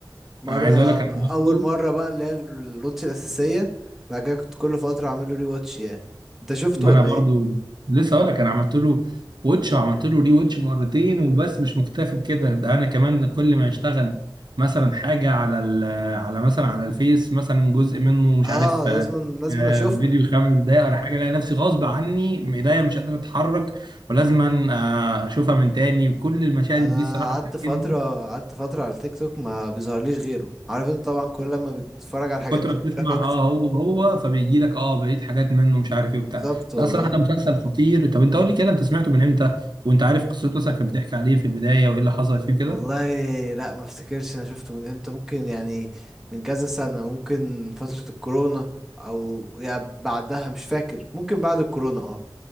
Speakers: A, in the centre; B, on the right (about 65°).
A: مرة
B: انا عايز اقول لك انا
A: اول
B: برضه
A: مرة بقى اللي هي الواتش الاساسية بعد كده كنت كل فترة اعمل له ري واتش يعني انت شفته
B: ما
A: ولا
B: انا برضو
A: ايه
B: لسه اقول لك انا عملت له ووتش وعملت له ري ووتش مرتين وبس مش مكتفي بكده ده انا كمان كل ما يشتغل مثلا حاجه على ال على مثلا على الفيس مثلا جزء منه مش
A: اه
B: عارف
A: لازم
B: آه،
A: لازم
B: آه،
A: اشوفها
B: فيديو خمس دقايق ولا حاجه الاقي نفسي غصب عني ايديا مش قادره اتحرك ولازما آه، اشوفها من تاني وكل المشاهد
A: انا
B: اللي فيه الصراحه
A: قعدت
B: بتعجبني
A: فترة قعدت فترة على التيك توك ما بيظهرليش غيره عارف انت طبعا كل لما بتتفرج على الحاجات
B: من كتر
A: دي
B: ما
A: بتجيلك
B: بتسمع
A: اكتر
B: اه هو هو فبيجي لك اه بقيت حاجات منه مش عارف ايه وبتاع
A: بالظبط والله
B: لا صراحه ده مسلسل خطير طب انت قول لي كده انت سمعته من امتى وانت عارف قصته مثلا كانت بتحكي عليه في البدايه وايه اللي حصل فيه كده
A: والله لا ما افتكرش انا شفته من امتى ممكن يعني من كذا سنة ممكن فترة الكورونا او يعني بعدها مش فاكر ممكن بعد الكورونا اه